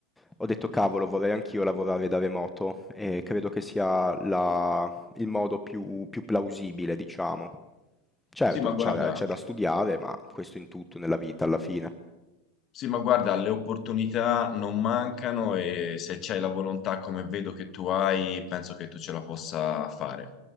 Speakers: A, in the centre; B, on the left.
A: ho detto cavolo, vorrei anch'io lavorare da remoto e credo che sia la- il modo più, più plausibile, diciamo. Certo,
B: Sì, ma guarda.
A: c'è c'è da studiare, ma questo in tutto nella vita alla fine.
B: Sì, ma guarda, le opportunità non mancano e se c'hai la volontà come vedo che tu hai, penso che tu ce la possa fare.